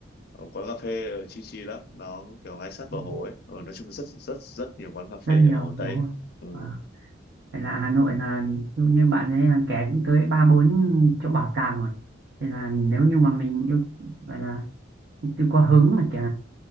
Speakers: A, on the left; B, on the right.
A: ờ, quán cà phê ờ, chill chill lắm nó kiểu ngay sát bờ
B: ừ.
A: hồ ấy ờ, nói chung rất rất rất nhiều quán cà phê
B: rất nhiều
A: ở Hồ Tây
B: đúng rồi
A: ừ.
B: à, phải là Hà Nội là như, như bạn ấy là kẻ cũng tới ba bốn chỗ bảo tàng rồi thì là nếu như mà mình yêu gọi là tôi có hứng mà kìa